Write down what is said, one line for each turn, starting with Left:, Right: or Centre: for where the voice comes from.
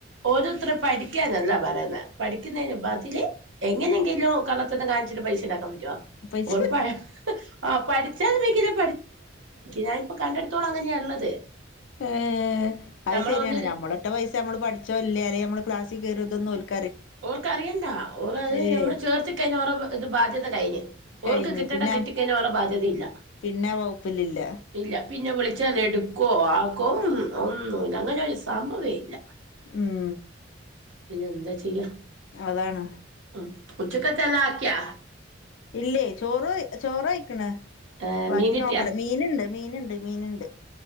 Right: ഓരോര്ത്തറ് പഠിക്കാനല്ല പറ പഠിക്കുന്നേന് ബതില് എങ്ങനെങ്കിലൂ കള്ളത്തരം കാണിച്ച്ട്ട് പൈസണ്ടാക്കാൻ
Left: പൈസ
Right: ഓർ പറയ ഹ്ഹ്ഹ ഞാന്പ്പൊ കണ്ടട്ത്തോള അങ്ങനെയ ഇള്ളത്
Left: ഏഹ് അയ്
Right: ഞമ്മള
Left: സരിയാണ്
Right: ഒന്നില്
Left: ഞമ്മളിട്ട പൈസ നമ്മള് പഠിച്ചൊ ഇല്ലെ അല്ലെങ്കി ഞമ്മള് ക്ലാസി കരുതുന്നൊൽക്ക്
Right: ഓർക്കറിയണ്ട ഓറ് അത്
Left: ഏയ്
Right: ഞമ്മളെ ചേർത്തി കഴിഞ്ഞ ഓറെ അത് ബാധ്യത കഴിഞ്ഞ്
Left: കഴിഞ്ഞ്
Right: ഓർക്ക് കിട്ടണ്ട
Left: പിന്നെ
Right: കിട്ടിക്കഴിഞ്ഞ ഓറ ബാധ്യതീല്ല
Left: പിന്നെ ആ വകുപ്പിലില്ല
Right: ഇല്ല പിന്നെ വിളിച്ചാന്നെടുക്കൊ ആക്കൊ ഒന്നു ഇ അങ്ങനെ ഒരു സമ്പവേ ഇല്ല
Left: ഉം
Right: പിന്നെന്താ ചെയ്യാ
Left: അതാണ്
Right: ആഹ് ഉച്ചക്കത്തെല്ലാ ആക്ക്യ
Left: ഇല്ലേ ചോറ് ചോറ് കഴിക്ക്ണ്
Right: ഏഹ്
Left: ബാക്കി
Right: മീൻ കിട്ടിയാ
Left: നോക്കണം മീന്ണ്ട് മീന്ണ്ട് മീന്ണ്ട്